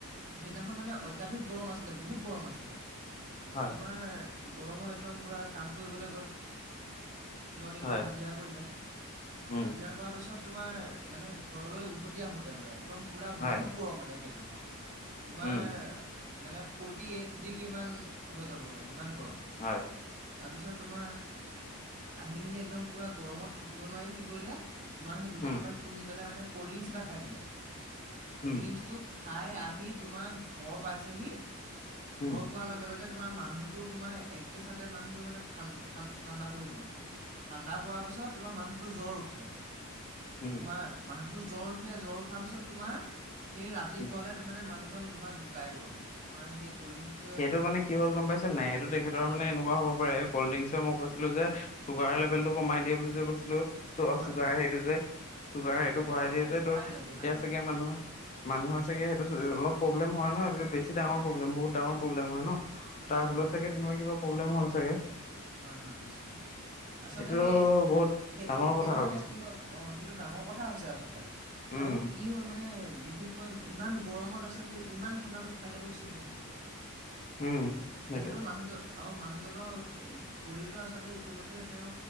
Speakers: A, on the right (about 35°); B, on the left (about 30°).
A: সেইদিনাখন মানে অত্যাধিক গৰম আছিলে বহুত গৰম আছিলে
B: হয়,
A: তোমাৰ <inaudible> গোটেই দিনৰ দিনটো
B: হয়,
A: হাজিৰা কৰিলে
B: উম,
A: হাজিৰা কৰ পিছত তোমাৰ মানে ঘৰলৈ উভতি আহোতে মানে একদম পুৰা
B: হয়,
A: বহুত গৰম মানে সেইদিনাখন তোমাৰ
B: উম,
A: মানে ফটি এইিগ ইমান হৈ যাব মানে ইমান গৰম
B: হয়,
A: তাৰপিছত তোমাৰ আহি মেলি একদম পুৰা গৰমত থাকিব নোৱাৰি কি কৰিলে তোমাৰ সেই দোকানৰ
B: উম,
A: পৰা কিনি পেলাই মানে ক'ল্ড ড্ৰিংকসটা খাই দে
B: উম,
A: কললিমছ তোক খাই আহি তোমাৰ ঘৰ পাইছহি ঘৰ
B: উম,
A: পোৱাৰ লগে লগে ে তোমাৰ মানুহতো তোমাৰ একে চাথতে মানুহো মানে ঠাণ্ডা পৰি গল ঠাণ্ডা পোৱাৰ পিছত তোমাৰ মানুহটোো জ্বৰ উঠিলে
B: উম,
A: তোমাৰ মানুহটোো জ্বৰ উঠিলে জ্বৰ উঠাৰ পিছত তোমাৰ সেই ৰাতিপুৱালে
B: উম।
A: ত মানে মানুহজন তোমাৰ ঢুকাই গ'ল তোমাৰ সেই কল্ড ড্ৰিংকচটোৱে
B: সেইটো মানে কি হ'ল গম পাইছে নাই সেইটো তেখেতৰ
A: হয়
B: মানে
A: হয়
B: এনেকুৱা হব পাৰে। কল্ড্ৰংকছে মই কৈছিলো যে চুগাৰ লেভেলটো
A: হয়
B: কমাই দিয়ে বুলি যে কৈছিলো চু
A: হয়
B: চুগাৰ
A: হয়
B: হেটো যে চুগাৰ
A: হয়
B: সেইটো
A: হয়
B: বঢ়াই দিয়ে যে
A: বঢ়াই
B: ত
A: দিয়ে বঢ়াই
B: তেতিয়া
A: দিয়ে
B: চাগে
A: হয়
B: মানুহৰ মানুহৰ চাগে সেইটো অলপ প্ৰব্লেম হয় ন সটো বেছি ডাঙৰ প্ৰবলেম বহুত ডাঙৰ লাগিব হয় ন তাৰ
A: হয়
B: ফলত
A: হয়
B: থাকে তেনেকুৱা কিবা। প্ৰব্লেম হ'ল চাগে
A: হয় হয় নিশ্চয় নিশ্চয় আচলতে
B: এইটো
A: সেই
B: বহুত ডাঙৰ
A: সেই সেইটো
B: কথা হৈ
A: মানে
B: গৈছে
A: কি হ'ল অ সেইটো ডাঙৰ কথা হৈছে আচলতে
B: উম
A: আৰু কি হল মানে বিশেষকৈ ইমান গৰমত আচলতে ইমান ঠাণ্ডাতো খাই যাটো উচিত নহয়।
B: উম সেইটোৱে
A: যিহেতু মানুহজৰ আৰু মানুহজনৰ শৰীৰটো আচলতে ইতিমধ্যে তেওঁ